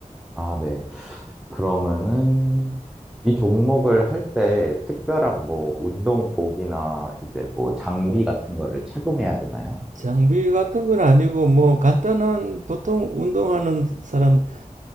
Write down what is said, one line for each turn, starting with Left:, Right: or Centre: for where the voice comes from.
Centre: 아, 네. 그러면은 이 종목을 할 때 특별한 뭐 운동복이나 이제 뭐 장비 같은 거를 착용해야 되나요?
Right: 장비 같은 건 아니고 뭐 간단한 보통 운동하는 사람들이